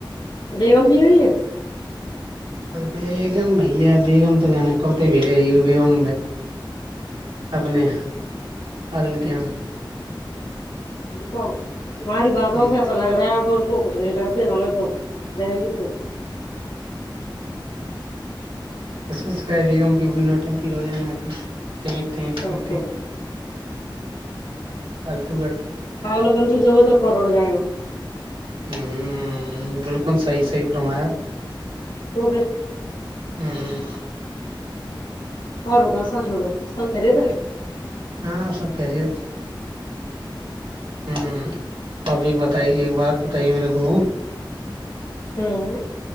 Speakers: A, on the left (about 80°); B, on the right (about 80°).
A: بیگم بھی ہوئی ہے
B: بیگم بھیا بیگم تو جانا کبتے بھی بیم اپنے آ دلک یہ
A: تو ہماری باتوں
B: ہ
A: سے ایسا لگ رہا ہے تو اس کچھ نہیں کرتے ہمیں تو جائے گی تو
B: کسمس کا بیگم کی بئی نوٹنکی روزانہ کی ت ت
A: ہاں
B: تھی تھی
A: تو
B: پل تو <unintelligible>
A: کگل بند د تو <unintelligible> ک لگاو <unintelligible>
B: ہ ہ بالکل صحیح صحی فرمایا
A: اب
B: ہوں ہوں
A: اور و د سا جوڑو اور کرری تھاا
B: ہاں سب کرریر ہ آپک بتائی ایک بات بتائی میرے کو
A: ہوں <unintelligible>